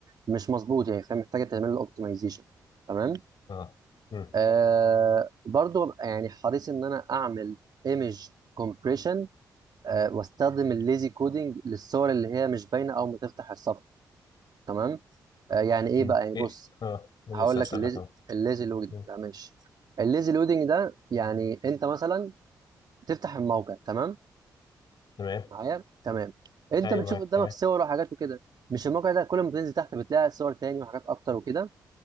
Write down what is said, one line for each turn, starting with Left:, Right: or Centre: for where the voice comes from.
Right: مش مظبوط يعني فهي محتاجه تعمل له اوبتمايزيشن تمام
Left: اه مم.
Right: آه برضو ببقى يعني حريص ان انا اعمل ايمج كومبريشن آه واستخدم الليزي كودينج للصور اللي هي مش باينه او ما تفتح الصفحه تمام آه، يعني ايه
Left: مم.
Right: بقى يعني
Left: ايه
Right: بص
Left: اه لسه
Right: هقول لك
Left: اسالك
Right: الليز
Left: اهو
Right: الليزي لودنج
Left: مم.
Right: ده ماشي الليزي لودنج ده يعني انت مثلا تفتح الموقع تمام
Left: تمام
Right: معايا تمام انت
Left: ايوه
Right: بتشوف
Left: معاك
Right: قدامك
Left: تمام
Right: صور وحاجات وكده مش الموقع ده كل ما تنزل تحت بتلاقي صور تاني وحاجات اكتر وكده